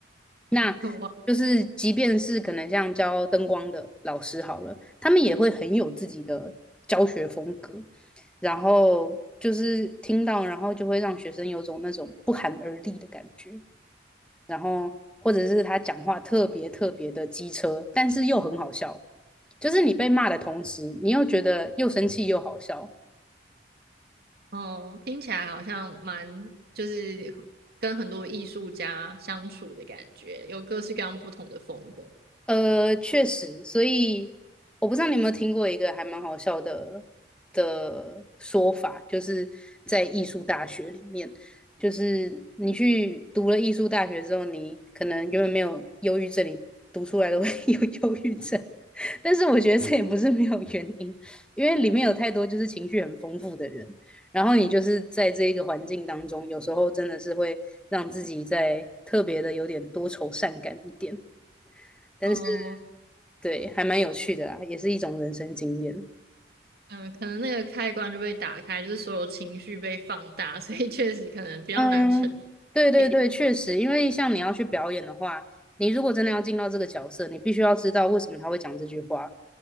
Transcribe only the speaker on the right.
我
哦，听起来好像蛮就是跟很多艺术家相处的感觉，有各式各样不同的风格。
哦，
嗯，可能那个开关就被打开，就是所有情绪被放大，<laughs> 所以确实可能比较难沉
淀。